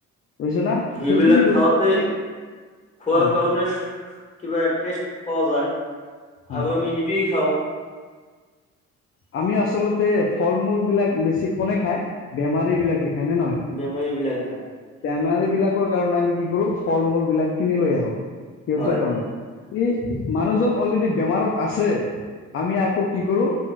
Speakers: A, on the left (about 45°); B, on the left (about 25°).
A: বুজিছ না
B: সেইবিলাক
A: সেইখিনি বস্তু।
B: খাওঁতে খোৱাৰ
A: হয়
B: কাৰণে কিবা টেষ্ট পোৱা যায়
A: হয়
B: আৰু আমি সেইটোৱেই খাওঁ।
A: আমি আচলতে ফল মূল বিলাক বেছি কোনে খাই বেমাৰী বিলাকে। খায় নে নহয়
B: বেমাৰী বিলাক হয়
A: বেমাৰী বিলাকৰ কাৰণে আমি কি কৰো ফল মূল বিলাক কিনি লৈ আহো সিহঁতৰ
B: হয়
A: কাৰণে। ই মানুহজন অলৰেডি বেমাৰত আছে আমি আকৌ কি কৰোঁ